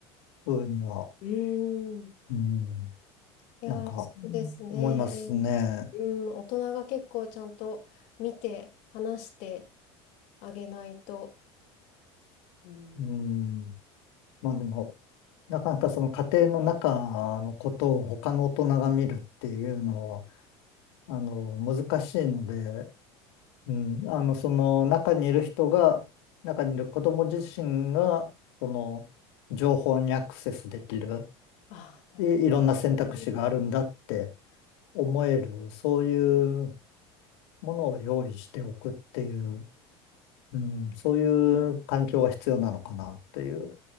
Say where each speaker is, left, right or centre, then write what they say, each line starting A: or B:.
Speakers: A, on the left (about 80°); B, on the left (about 60°).
A: ふうには、
B: うん。
A: うん、
B: いやー、
A: なんか、
B: そうですね。
A: うん思いますね。
B: うん、大人が結構ちゃんと見て、話してあげないと。うん。
A: うん。まあでも、なかなかその家庭の中のことを他の大人が見るっていうのは、あの、難しいので、うん、あの、その中にいる人が、中にいる子供自身が、その情報にアクセスできる、
B: ああ、なるほ
A: い、いろんな選択肢があるんだって
B: ど。
A: 思える、そういうものを用意しておくっていう、うん、そういう環境が必要なのかなっていう。